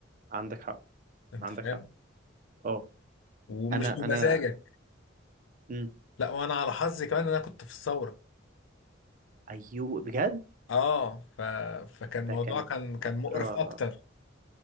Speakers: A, on the right; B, on the left.
A: عندك حق
B: انت
A: عندك
B: فاهم
A: حق اه
B: ومش
A: انا
B: بمزاجك
A: انا مم.
B: لا وانا على حظي كمان ان انا كنت في الثوره
A: ايوه بجد
B: اه ف... فكان الموضوع
A: ده كانت
B: كان كان
A: فترة
B: مقرف اكتر